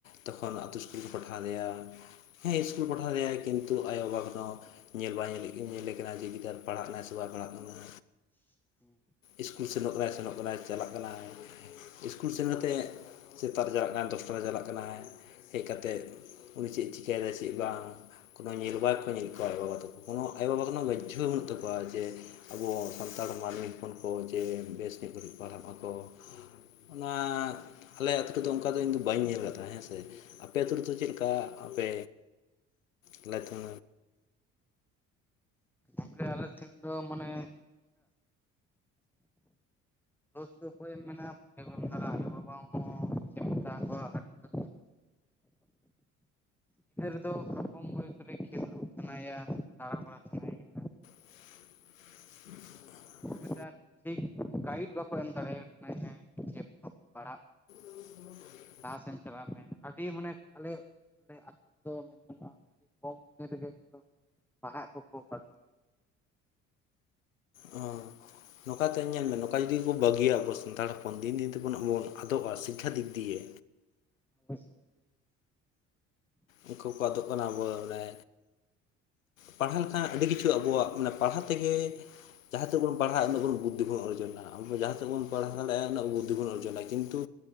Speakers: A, on the left; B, in the centre.
A: ᱛᱚᱠᱷᱚᱱ ᱟᱛᱩ ᱤᱥᱠᱩᱞ ᱠᱚ ᱯᱟᱴᱦᱟᱣ ᱞᱮᱭᱟ᱾ ᱦᱮᱸ ᱤᱥᱠᱩᱞ ᱯᱟᱴᱦᱟᱣ ᱞᱮᱭᱟ ᱠᱤᱱᱛᱩ ᱟᱭᱳᱵᱟᱵᱟ ᱠᱚᱫᱚ ᱧᱮᱞ ᱵᱟᱭ ᱧᱮᱞᱮᱜ ᱠᱤᱱ ᱧᱮᱞᱮ ᱠᱟᱱᱟ ᱡᱮ ᱜᱤᱫᱽᱟᱹᱨ ᱯᱟᱲᱦᱟᱜ ᱱᱟ ᱥᱩᱣᱟ ᱯᱟᱲᱦᱟᱜ ᱠᱟᱱᱟᱭ᱾
B: <inaudible>
A: ᱤᱥᱠᱩᱞ ᱥᱮᱱᱚᱜ ᱠᱟᱱᱟᱭ ᱥᱮᱱᱚᱜ ᱠᱟᱱᱟᱭ ᱪᱟᱞᱟᱜ ᱠᱟᱱᱟᱭ ᱤᱥᱠᱩᱞ ᱥᱮᱱ ᱟᱛᱮᱜ ᱥᱮᱛᱟᱜ ᱨᱮ ᱪᱟᱞᱟᱜ ᱠᱟᱱ ᱛᱩᱯᱩᱱᱮ ᱪᱟᱞᱟᱜ ᱠᱟᱱᱟᱭ ᱦᱮᱡ ᱠᱟᱛᱮᱜ ᱩᱱᱤ ᱪᱮᱜ ᱮ ᱪᱤᱠᱟᱹᱭᱮᱫᱟᱭ ᱪᱮᱜ ᱵᱟᱝ ᱠᱳᱱᱳ ᱧᱤᱨ ᱵᱟᱭ ᱠᱚ ᱧᱮᱞ ᱠᱚᱣᱟ ᱟᱭᱳ ᱵᱟᱵᱟ ᱛᱟᱠᱚ ᱠᱳᱱᱳ ᱟᱭᱳ ᱵᱟᱵᱟ ᱠᱳᱱᱳ ᱜᱚᱡᱡᱷᱳ ᱵᱟᱹᱱᱩᱜ ᱛᱟᱠᱚᱣᱟ ᱡᱮ ᱟᱵᱚ ᱥᱟᱱᱛᱟᱲ ᱢᱟᱹᱱᱢᱤ ᱦᱚᱯᱚᱱ ᱠᱚ ᱡᱮ ᱵᱮᱥ ᱧᱚᱜ ᱜᱷᱟᱹᱲᱤᱡ ᱯᱟᱲᱦᱟᱜ ᱟᱠᱚ ᱚᱱᱟ ᱟᱞᱮ ᱟᱛᱩ ᱨᱮ ᱫᱚ ᱚᱱᱠᱟ ᱫᱚ ᱤᱧ ᱫᱚ ᱵᱟᱹᱧ ᱧᱮᱞ ᱟᱠᱟᱜ ᱛᱟᱦᱮ ᱦᱮᱸ ᱥᱮ ᱟᱯᱮ ᱟᱛᱩ ᱨᱮᱫᱚ ᱪᱮᱜ ᱞᱮᱠᱟ? ᱟᱯᱮ ᱟᱞᱮ ᱟᱹᱛᱩ <unintelligible>
B: ᱟᱯᱮ ᱟᱞᱮ ᱟᱛᱩ ᱨᱮ ᱫᱚ ᱢᱟᱱᱮ <unintelligible> ᱫᱳᱥ ᱫᱚ ᱚᱠᱚᱭᱮᱢ ᱢᱮᱱᱟ ᱟᱭᱳ ᱵᱟᱵᱟ <unintelligible> ᱜᱤᱫᱽᱟᱹᱨ ᱫᱚ ᱠᱚᱢ ᱵᱚᱭᱚᱥ ᱨᱮ ᱠᱷᱮᱞ ᱠᱚ ᱮᱟᱱᱟᱭ ᱭᱟ ᱫᱟᱬᱟᱵᱟᱲᱟ ᱥᱟᱱᱟᱭ ᱭᱟ
A: <inaudible>
B: ᱢᱤᱫᱴᱟᱝ ᱴᱷᱤᱠ ᱜᱟᱭᱤᱴ ᱵᱟᱠᱚ ᱮᱢ ᱫᱟᱲᱮ ᱭᱟᱭ ᱠᱟᱱᱟ ᱦᱮᱸ ᱡᱮ ᱯᱟᱲᱦᱟᱜ ᱢᱮ
A: <inaudible>
B: ᱞᱟᱦᱟ ᱥᱮᱱ ᱪᱟᱞᱟᱜ ᱢᱮ ᱟᱹᱰᱤ ᱢᱟᱱᱮ ᱟᱞᱮ <unintelligible> ᱠᱚᱢ ᱩᱢᱮᱨ ᱨᱮᱜᱮ ᱠᱚ ᱯᱟᱲᱦᱟᱜ ᱠᱚᱠᱚ ᱵᱟᱜᱤ
A: ᱚ ᱱᱚᱝᱠᱟᱛᱮ ᱧᱮᱞ ᱢᱮ ᱱᱚᱝᱠᱟ ᱡᱩᱫᱤ ᱠᱚ ᱵᱟᱹᱜᱤᱭᱟ ᱟᱵᱚ ᱥᱟᱱᱛᱟᱲ ᱦᱚᱯᱚᱱ ᱫᱤᱱ ᱫᱤᱱ ᱛᱮᱵᱚᱱ ᱟᱵᱚ ᱟᱫᱚᱜᱼᱟ ᱥᱤᱠᱠᱷᱟ ᱫᱤᱠ ᱫᱤᱭᱮ᱾
B: <inaudible>
A: ᱩᱱᱠᱩ ᱠᱚ ᱟᱫᱚᱜ ᱠᱟᱱᱟ ᱵᱚᱞᱮ ᱯᱟᱲᱦᱟᱣ ᱞᱮᱠᱷᱟᱱ ᱟᱹᱰᱤ ᱠᱤᱪᱷᱩ ᱟᱵᱚᱣᱟᱜ ᱢᱟᱱᱮ ᱯᱟᱲᱦᱟᱣ ᱛᱮᱜᱮ ᱡᱟᱦᱟᱸ ᱛᱮᱵᱚᱱ ᱯᱟᱲᱦᱟᱜ ᱩᱱᱟᱹᱜ ᱵᱚᱱ ᱵᱩ ᱛᱮ ᱵᱚᱱ ᱚᱨᱡᱚᱱᱟ ᱟᱵᱚ ᱡᱟᱦᱟᱸ ᱛᱮᱵᱚᱱ ᱯᱟᱲᱦᱟᱣ <unintelligible> ᱵᱩᱫᱫᱷᱤ ᱵᱚᱱ ᱚᱨᱡᱚᱱᱟ ᱠᱤᱱᱛᱩ